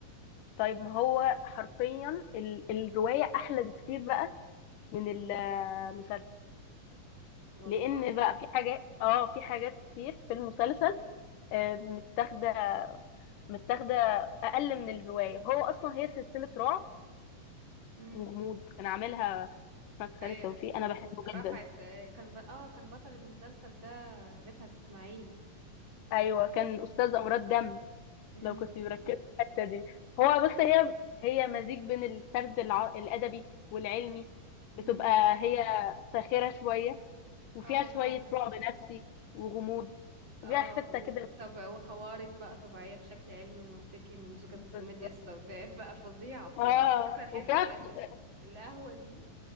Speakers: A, on the left; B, on the right.
A: طيب ما هو حرفيا ال الروايه احلى بكتير بقى من المسلسل
B: والله
A: لان بقى في حاجات اه في حاجات كتير في المسلسل أه متاخده متاخده اقل من الروايه هو اصلا هي سلسله رعب
B: امم
A: وغموض كان عاملها احمد خالد
B: ايوه
A: توفيق انا بحبه
B: رفعت
A: جدا
B: آه، كان ب... اه كان بطل المسلسل ده رفعت اسماعيل
A: ايوه كان استاذ امراض دم
B: امم
A: لو كنت مركزة في الحتة دي هو بص هي هي مزيج بين السرد الع... الأدبي والعلمي بتبقى
B: امم
A: هي ساخرة شوية وفيها
B: اه
A: شوية
B: فعلا
A: رعب نفسي وغموض وفيها
B: اه
A: حتة
B: و-
A: كده
B: طب وخوارق بقى طبيعية بشكل علمي ومنطقي ممزوجة بالكوميديا
A: بالظبط
B: السوداء <laughs> بقى فظيعة بجد
A: اه
B: فاكرة الحتة
A: وفيها
B: بتاعت
A: اقت-
B: القهوة دي